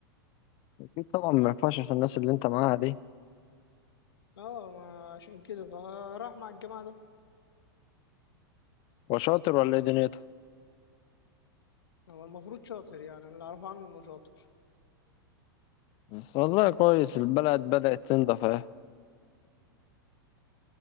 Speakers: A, on the left; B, on the left.
A: اكيد طبعا ما ينفعش عشان الناس اللي انت معاها دي
B: اه ما عشان كده فراح مع الجماعه ده
A: وشاطر ولا ايه دنيتها
B: هو المفروض شاطر يعني أنا اللي اعرفه عنه انه شاطر
A: بس والله كويس البلد بدأت تنضف اهي